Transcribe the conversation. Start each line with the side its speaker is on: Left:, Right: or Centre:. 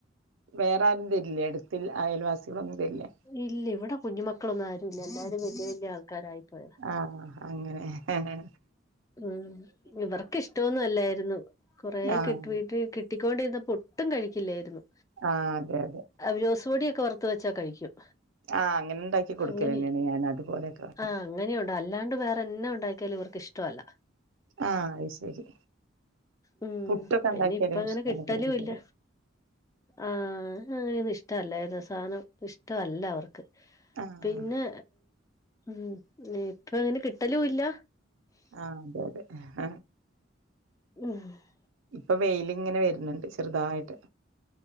Right: വേറെ ആരും വരില്ലേ അടുത്ത് അയൽവാസികളൊന്നും വരില്ലേ?
Left: ഇല്ല ഇവിടെ കുഞ്ഞു മക്കളൊന്നും ആരുല്ല എല്ലാരും വല്യ വല്യ ആൾക്കാരായി പോയതാ
Right: ആഹ അങ്ങനെ ഹെ ഹെ
Left: ഉം ഇവർക്ക് ഇഷ്ടോന്നും അല്ലായിരുന്നു. കുറെേ
Right: ആഹ്
Left: കിട്ട വീട്ടിൽ കിട്ടിക്കൊണ്ടിരുന്നപ്പോ ഒട്ടും കഴിക്കില്ലായിരുന്നു.
Right: ആ അതെ അതെ
Left: അവോലോസ് പൊടിയൊക്കെ വറുത്ത് വെച്ചാ കഴിക്കും
Right: ആഹ് അങ്ങനെ ഉണ്ടാക്കി കൊടുക്കല
Left: അങ്ങനെ
Right: തന്നെയാണ് ഞാൻ അതുപോലെയൊക്കെ
Left: ആഹ് അങ്ങനെയുണ്ട് അല്ലാണ്ട് വേറെ എന്നാ ഉണ്ടാക്കിയാലും ഇവർക്ക് ഇഷ്ടമല്ല.
Right: ആഹ അ ശരി
Left: ഉം
Right: പുട്ടൊക്കെ
Left: പിന്നെ
Right: ഉണ്ടാക്കിയാല്
Left: ഇപ്പ അങ്ങനെ
Right: ഇഷ്ടാണ്
Left: കിട്ടലും
Right: ഇവിടെ കുട്ടികള്
Left: ഇല്ല ആ അങ്ങനെയൊന്നും ഇഷ്ടമല്ല ഏത് സാധനം ഇഷ്ടമല്ല അവർക്ക്
Right: ആഹ്
Left: പിന്നെ ഉം ഇപ്പ അങ്ങനെ കിട്ടലും ഇല്ല
Right: ആഹ അതെ ഹ ഹ
Left: <inaudible>
Right: ഇപ്പൊ വെയിലിങ്ങനെ വരുന്നുണ്ട് ചെറുതായിട്ട്